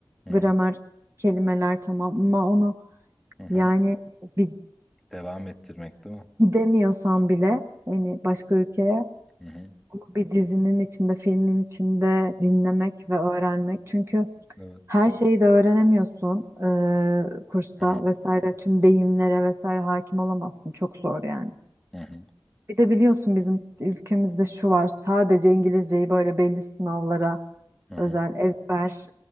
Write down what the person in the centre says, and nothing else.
Hı
hı.
Hı hı.
Devam ettirmek değil mi?
Hı hı.
Evet.
Hı hı.
Hı hı.
Hı hı.